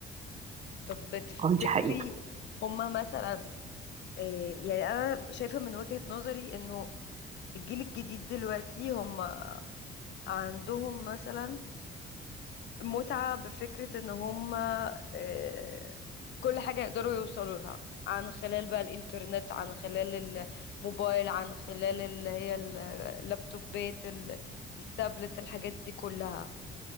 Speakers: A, on the left; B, on the right.
A: طب تفتكري
B: اه دي حقيقة
A: هما مثلا آه، يعني انا شايفة من وجهة نظري انه الجيل الجديد دلوقتي هما عندهم مثلا متعة بفكرة ان هما آه، كل حاجة يقدروا يوصلوا لها عن خلال بقى الانترنت عن خلال الموبايل عن خلال اللي هي اللابتوبات ال- التابلت الحاجات دي كلها